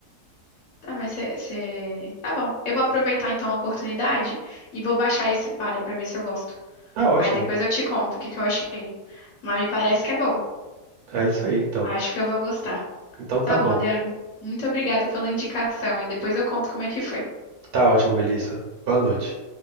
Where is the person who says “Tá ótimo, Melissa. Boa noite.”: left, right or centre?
Right